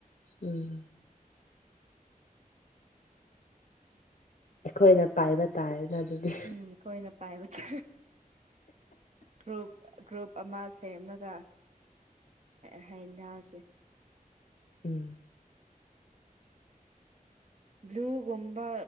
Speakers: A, on the left; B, on the right.
A: ꯎꯝ ꯑꯩꯈꯣꯏꯅ ꯄꯥꯏꯕ ꯇꯥꯔꯦꯅ ꯑꯗꯨꯗꯤ
B: ꯎꯝ ꯑꯩꯈꯣꯏꯅ ꯄꯥꯏꯕꯗ ꯒ꯭ꯔꯨꯞ ꯒ꯭ꯔꯨꯞ ꯑꯃ ꯁꯦꯝꯃꯒ ꯍꯥꯏꯩꯅꯁꯤ
A: ꯎꯝ
B: ꯕ꯭ꯂꯨꯒꯨꯝꯕ